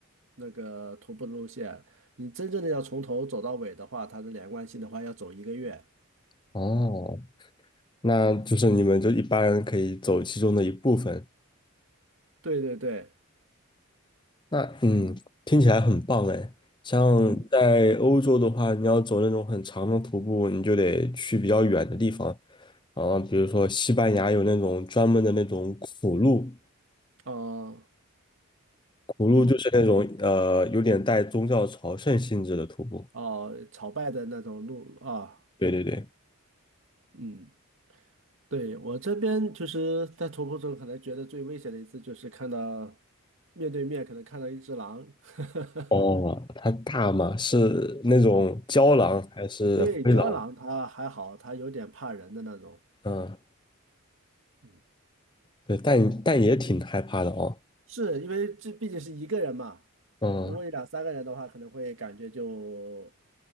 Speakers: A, on the right; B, on the left.
A: 那个徒步路线。你真正的要从头走到尾的话，它的连贯性的话要走一个月。
B: 哦，那就是你们就一般可以走其中的一部分，
A: 对对对，
B: 那嗯，听起来很棒哎。像在欧洲的话，
A: 嗯，
B: 你要走那种很长的徒步，你就得去比较远的地方。啊，比如说西班牙有那种专门的那种苦路，
A: 哦，
B: 苦路就是那种呃有点带宗教朝圣性质的徒步。
A: 嗯，哦，朝拜的那种路啊，
B: 对对对。
A: 嗯，对，我这边就是在徒步中可能觉得最危险的一次就是看到面对面可能看到一只狼。<laughs>
B: 哦，它大吗？是那种郊狼还是灰狼？
A: 对，胶囊它还好，它有点怕人的那种。
B: 嗯，
A: 嗯，
B: 对，但但也挺害怕的哦。
A: 是因为这毕竟是一个人嘛，
B: 嗯。
A: 如果有两三个人的话，可能会感觉就